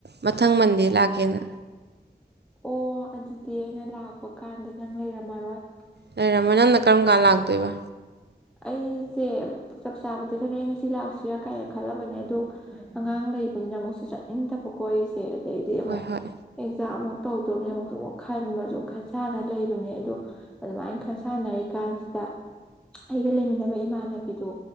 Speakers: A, on the right; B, in the centre.
A: ꯃꯊꯪ ꯃꯟꯗꯦ ꯂꯥꯛꯀꯦꯅ
B: ꯑꯣ ꯑꯗꯨꯗꯤ ꯑꯩꯅ ꯂꯥꯛꯄ ꯀꯥꯟꯗ ꯅꯪ ꯂꯩꯔꯝ ꯃꯔꯣꯏ
A: ꯂꯩꯔꯝꯃꯥꯏ ꯅꯪꯅ ꯀꯔꯝ ꯀꯥꯟ ꯂꯥꯛꯇꯣꯏꯕ
B: ꯑꯩꯖꯦ ꯆꯞꯆꯥꯕꯗꯤ ꯈꯔ ꯑꯩ ꯉꯁꯤ ꯂꯥꯛꯁꯤꯔꯥ ꯀꯥꯏꯅ ꯈꯜꯂꯕꯅꯦ ꯑꯗꯣ ꯑꯉꯥꯡ ꯂꯩꯕꯅꯤꯅ ꯑꯃꯨꯛꯁꯨ ꯆꯠꯅꯤꯡꯗꯕ ꯀꯣ ꯑꯩꯁꯦ ꯑꯗꯩꯗꯤ ꯑꯃꯨꯛ
A: ꯍꯣꯏ ꯍꯣꯏ
B: ꯑꯦꯛꯖꯥꯝꯃꯨꯛ ꯇꯧ ꯇꯣꯃꯤ ꯑꯃꯨꯛꯁꯨ ꯑꯃꯨꯛ ꯈꯟꯕꯁꯨꯨ ꯈꯟ ꯁꯥꯟꯅ ꯂꯩꯕꯅꯦ ꯑꯗꯣ ꯑꯗꯨꯃꯥꯏꯅ ꯈꯟ ꯁꯥꯟꯅꯔꯤ ꯀꯥꯟꯁꯤꯗ ꯑꯩꯒ ꯂꯩꯃꯤꯟꯅꯕ ꯏꯃꯥꯟꯅꯕꯤꯗꯣ